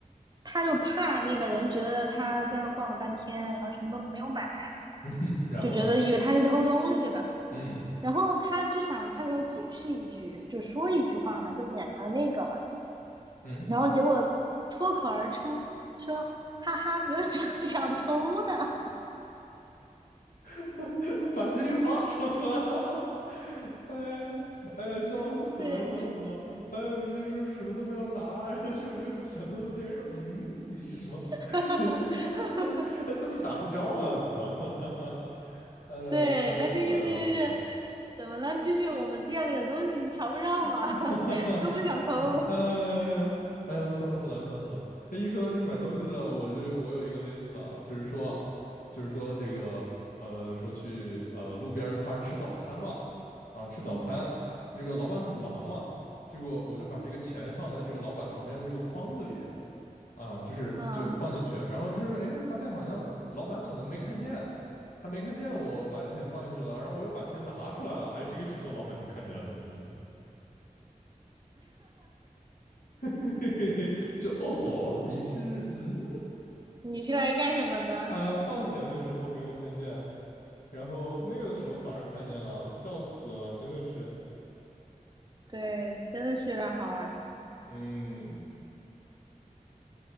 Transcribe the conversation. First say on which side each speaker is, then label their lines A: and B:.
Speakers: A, on the right; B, on the left.
A: 他就怕那个人觉得他在那儿逛了半天，然后什么都没有买，
B: <laughs> 然后呢？
A: 就觉得以为他是偷东西的。
B: 嗯
A: 然后他就想开口解释一句，就说一句话嘛，就免得那个嘛。
B: 嗯，
A: 然后结果脱口而出说：“哈哈，没有什么 <laughs> 想偷的。”
B: <laughs> 把心里话说出来了，<laughs> 哎哎呀，笑死了，
A: 对对
B: 笑死了，哎，明明说是什么都没有拿，<laughs> 然后说没有什么想偷的，店员说，嗯，你是什么？
A: <laughs>
B: <laughs> 这不打自招了，怎么？<laughs> 呃，
A: 对，
B: 笑死了，
A: 他的意思就是
B: 笑死了。
A: 怎么了？就是我们店里的东西你瞧不上嘛，
B: <laughs>
A: <laughs>
B: 哈哈哈，
A: 又不想偷。
B: 哎呀，哎呀，笑死了，笑死了！哎，一说到这买东西的，我就我有一个类似的啊，就是说啊，就是说这个呃，说去呃路边儿摊儿吃早餐嘛，啊，吃早餐，
A: 嗯
B: 这个老板很忙嘛，结果我就把这个钱放在这个老板旁边的这个筐子里啊，就是就放进去，
A: 嗯，
B: 然后就是哎，发现好像老板可能没看见，他没看见我把这钱放进去了，然后我又把钱拿出来了，哎，这个时候老板就看见了，就嗯。<laughs> 嘿嘿嘿，就哦吼，你是嗯，
A: 你是来干什么的？
B: <laughs> 呃，放钱的时候没有看见，然后那个的时候反而看见了，笑死了，真的是。
A: 对，真的是有点好玩。
B: 嗯，